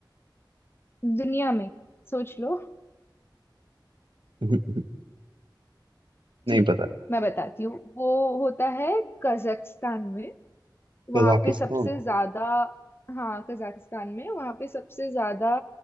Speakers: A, on the left; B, on the right.
A: दुनिया में सोच लो
B: <laughs> नहीं
A: ठीक
B: पता
A: है मैं बताती हूँ वो होता है कजाकिस्तान में वहां
B: कजाकिस्तान
A: पे सबसे ज्यादा हाँ कजाकिस्तान में वहां पे सबसे ज्यादा